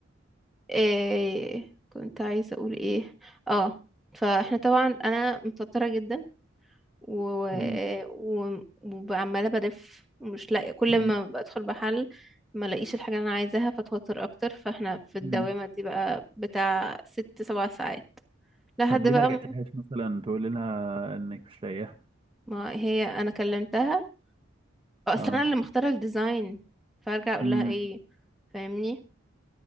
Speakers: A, in the centre; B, on the right.
A: آه، كنت عايزة اقول ايه اه فاحنا طبعا انا متوترة جدا و...
B: امم
A: و... وعمالة بلف ومش لاقية كل
B: أمم.
A: ما بدخل محل ما لاقيش الحاجة اللي انا عايزاها فاتوتر اكتر فاحنا في الدوامة
B: أمم.
A: دي بقى بتاع ست سبع ساعات لحد
B: طب ليه
A: بقى
B: ما رجعتلهاش
A: ما
B: مثلا تقولي لها انك مش لاقيها
A: ما هي انا كلمتها اصلا
B: اه
A: انا اللي مختاره الديزاين فارجع اقول
B: امم
A: لها ايه فاهمني